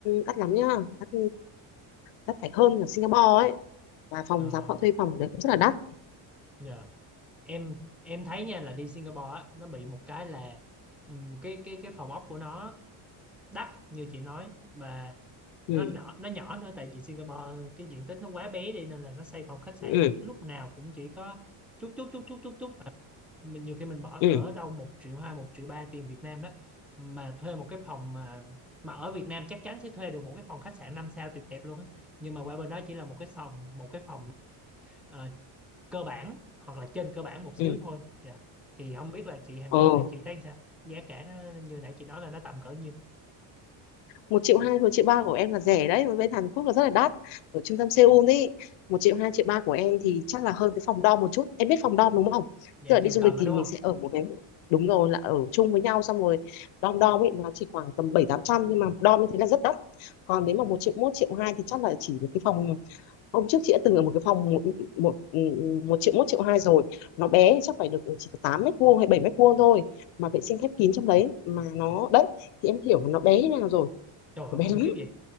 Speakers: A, on the left; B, in the centre.
A: đắt lắm nhá đắt đắt phải hơn ở Singapore ấy và phòng
B: Ờ,
A: giá họ thuê phòng ở đấy cũng rất là đắt
B: dạ. Em em thấy nha là đi Singapore á nó bị một cái là ừm, cái cái cái phòng ốc của nó đắt như chị nói và
A: ừ
B: nó nhỏ nó nhỏ nữa tại vì Singapore cái diện tích nó quá bé đi nên là nó xây phòng khách sạn
A: ừ
B: á lúc nào cũng chỉ có chút chút chút chút chút chút mình nhiều khi mình bỏ
A: ừ
B: cỡ đâu một triệu hai một triệu ba tiền Việt Nam đó mà thuê một cái phòng mà mà ở Việt Nam chắc chắn sẽ thuê được một cái phòng khách sạn 5 sao tuyệt đẹp luôn á nhưng mà qua bên đó chỉ là một cái phòng một cái phòng ờ, cơ bản hoặc là trên cơ bản một xíu
A: ừ
B: thôi dạ thì không biết là chị Hàn
A: ừ
B: Quốc thì chị thấy sao giá cả nó như nãy chị nói là nó tầm cỡ nhiêu
A: một triệu hai một triệu ba của em là rẻ đấy mà bên Hàn Quốc là rất là đắt ở trung tâm Seoul ấy một triệu hai triệu ba của em thì chắc là hơn cái phòng dorm một chút em biết phòng dorm đúng không
B: dạ
A: tức là đi
B: giường
A: du
B: tầng
A: lịch
B: đó
A: thì
B: đúng
A: mình
B: không
A: sẽ ở một cái đúng rồi là ở chung với nhau xong rồi dorm dorm ấy nó chỉ khoảng tầm bảy tám trăm nhưng mà dorm như thế là rất đắt còn nếu mà một triệu một triệu hai thì chắc là chỉ một cái phòng hôm trước chị đã từng ở một cái phòng một một, ừ, một triệu một triệu hai rồi nó bé chắc phải được chỉ có 8 mét vuông hay 7 mét vuông thôi mà vệ sinh khép kín trong đấy mà nó đấy thì em hiểu là nó bé như thế nào rồi
B: trời ơi
A: nó bé
B: khủng
A: lắm
B: khiếp vậy